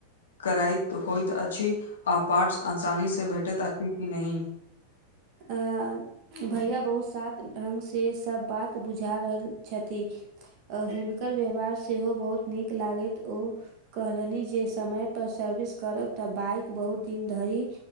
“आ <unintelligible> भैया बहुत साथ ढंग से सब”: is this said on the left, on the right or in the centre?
Right